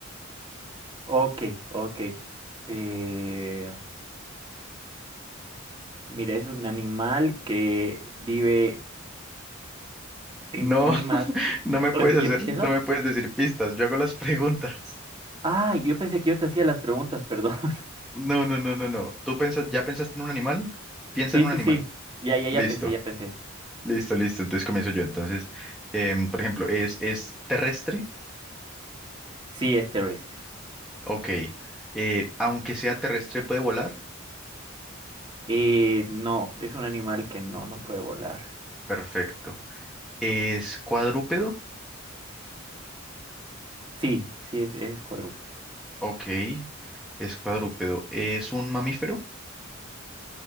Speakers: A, on the right; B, in the centre.
A: ok, ok. Eh, mira, es un animal que vive en
B: No,
A: climas...
B: <laughs> no me puedes
A: O sea,
B: hacer,
A: ¿yo empiezo?
B: no me puedes decir pistas, yo hago las preguntas.
A: Ah, yo pensé que yo te hacía las preguntas, perdón. <laughs>
B: No, no, no, no, no. ¿Tú pensas, ya pensaste en un animal? Piensa
A: Sí,
B: en un
A: sí,
B: animal.
A: sí, ya, ya, ya
B: Listo,
A: pensé, ya pensé.
B: listo, listo. Entonces comienzo yo. Entonces, em, por ejemplo, ¿es, es terrestre?
A: Sí, es terrestre.
B: Ok. Eh, aunque sea terrestre, ¿puede volar?
A: Eh, no, es un animal que no, no puede volar.
B: Perfecto. ¿Es cuadrúpedo?
A: Sí, sí es, es cuadrúpedo.
B: Ok, es cuadrúpedo. ¿Es un mamífero?